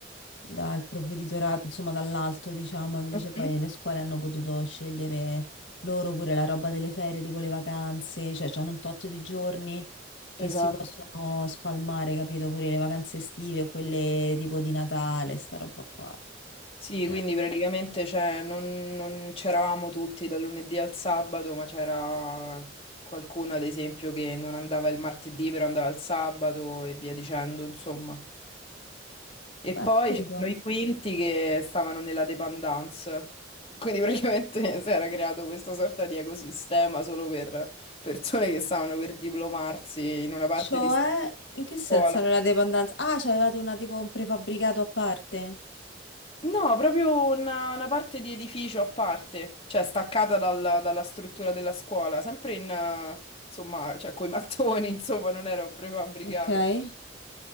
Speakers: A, on the left; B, on the left.
A: dal provveditorato, insomma dall'alto, diciamo, invece
B: mhm.
A: poi le scuole hanno potuto scegliere loro pure la roba delle ferie, tipo le vacanze, cioè hanno un tot di giorni che
B: Esatto.
A: si possono spalmare, capito? Pure le vacanze estive o quelle tipo di Natale, sta roba qua.
B: Sì, quindi
A: Eh,
B: praticamente cioè, non, non c'eravamo tutti dal lunedì al sabato, ma c'era qualcuno, ad esempio, che non andava il martedì, però andava il sabato e via dicendo, insomma. E
A: Beh,
B: poi
A: figo.
B: c'erano i quinti che stavano nella dependance. Quindi praticamente <laughs> si era creato questa sorta di ecosistema solo per persone che stavano per diplomarsi in una parte
A: Cioè,
B: di sta
A: in che senso
B: scuola.
A: non la dependenza? Ah, c'avevate una tipo un prefabbricato a parte?
B: No, proprio una, una parte di edificio a parte, cioè staccata dalla dalla struttura della scuola, sempre in, eh, insomma, cioè coi mattoni, <laughs> insomma, non era un prefabbricato.
A: Ok. E